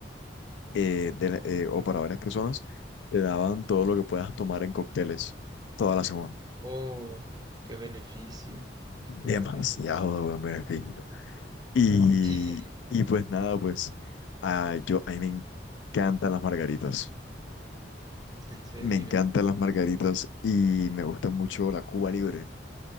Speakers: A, on the left; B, on the right.
A: eh, de la- eh, o para varias personas, te daban todo lo que puedas tomar en cócteles toda la semana.
B: Oh, qué beneficio.
A: Demasiado
B: Qué beneficio.
A: buen beneficio. Y,
B: <laughs>
A: y pues nada, pues ah, yo, a mí me encantan las margaritas.
B: En serio.
A: Me encantan las margaritas y me gusta mucho la Cuba Libre.